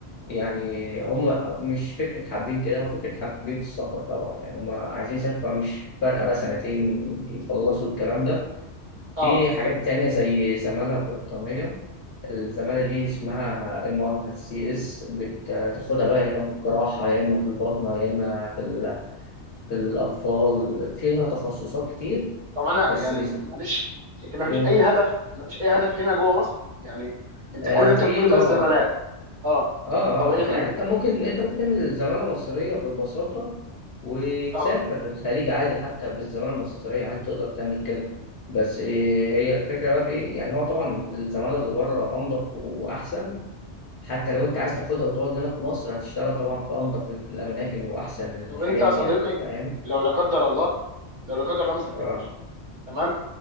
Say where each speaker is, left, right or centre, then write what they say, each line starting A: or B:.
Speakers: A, on the left; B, on the right.
A: يعني هم مش فكرة حابين كده هو فكرة حابين في السفر طبعا يعني هم عايزين يسافروا مش فارقة بقى سنتين يخلصوا الكلام ده
B: اه
A: في حاجات تانية زي زمالة بريطانية الزمالة دي اسمها ام ار سي اس بتاخدها بقى يا اما في الجراحة يا اما في الباطنة يا اما في, ال- في الأطفال فيها تخصصات كتير
B: طب انا
A: بس
B: يعني
A: مش
B: معلش انت ما
A: و-
B: فيش اي هدف ما فيش اي هدف هنا جوه مصر يعني انت
A: آه،
B: كل اللي انت
A: في
B: بتقوله
A: طبعا
B: ده الزمالات اه
A: اه
B: طب ايه طيب
A: اه يعني انت ممكن انت ممكن تعمل زمالة مصرية ببساطة وتسافر
B: اه
A: الخليج عادي حتى بالزمالة المصرية عادي تقدر تعمل كده بس إيه هي الفكرة بقى في ايه يعني هو طبعا الزمالة اللي بره أنضف وأحسن حتى لو انت عايز تاخدها وتقعد هنا في مصر هتشتغل طبعا في أنضف الأماكن وأحسن الحاجات
B: طب انت يا صديقي
A: يعني فاهم؟
B: لو لا قدر الله لو لا قدر الله ما سافرتش
A: اه
B: تمام